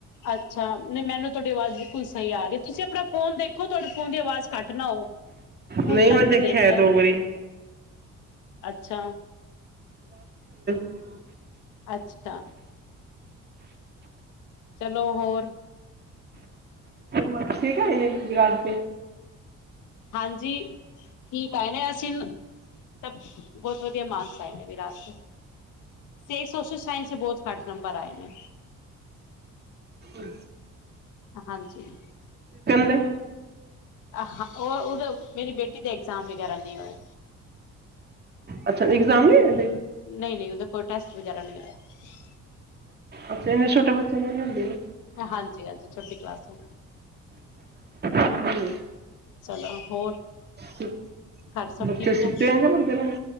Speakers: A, on the left; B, on the right.
A: ਅੱਛਾ ਨਹੀਂ ਮੈਨੂੰ ਤੁਹਾਡੀ ਆਵਾਜ਼ ਬਿਲਕੁਲ ਸਹੀ ਆ ਰਹੀ ਤੁਸੀਂ ਆਪਣਾ ਫੋਨ ਦੇਖ ਤੁਹਾਡੇ ਫ਼ੋਨ ਦੀ ਆਵਾਜ਼ ਘੱਟ ਨਾ ਹੋ ਫੁੱਲ
B: ਨਹੀਂ
A: ਕਰਕੇ
B: ਮੈਂ ਦੇਖਿਆ
A: ਦੇਖ
B: ਹੈ
A: ਲਓ
B: ਦੋ ਵਾਰੀ
A: ਅੱਛਾ
B: <inaudible>
A: ਅੱਛਾ ਚਲੋ ਹੋਰ
B: ਮੱਛੀ <inaudible>
A: ਹਾਂਜੀ ਠੀਕ ਆਏ ਨੇ ਅਸੀਂ ਸਭ ਬਹੁਤ ਵਧੀਆ ਮਾਰਕਸ ਆਏ ਨੇ ਵੀਰਾਜ ਦੇ ਸੋਸ਼ਲ ਸਾਇੰਸ ਦੇ ਬਹੁਤ ਘੱਟ ਨੰਬਰ ਆਏ ਨੇ
B: ਹੂੰ
A: ਹਾਂਜੀ
B: ਦੇ
A: ਹਾਂ ਉਹ ਉਹਦੇ ਮੇਰੀ ਬੇਟੀ ਐਗਜ਼ਾਮ ਵਗੈਰਾ ਨਹੀਂ ਹੋਏ।
B: ਅੱਛਾ ਇਗਜ਼ਾਮ ਨੀ ਹੋਏ ਹਲੇ।
A: ਨਹੀਂ ਨਹੀਂ ਉਹਦਾ ਕੋਈ ਟੈਸਟ ਵਗੈਰਾ ਨਹੀਂ ਹੋਇਆ
B: ਅੱਛੇ ਇੰਨੇ ਛੋਟੇ ਬੱਚਿਆਂ ਦੇ ਨੀ ਹੁੰਦੇ
A: ਹਾਂਜੀ ਹਾਂਜੀ ਛੋਟੀ ਕਲਾਸ <inaudible>
B: ਹੂੰ
A: ਚਲੋ ਹੋਰ
B: ਸੁ-
A: ਘਰ ਸਭ
B: ਬੱਚੇ
A: ਠੀਕ
B: ਸੁੱਤੇ
A: ਹੈ
B: ਹੋਏ ਨੇ ਪੜਦੇ ਨੇ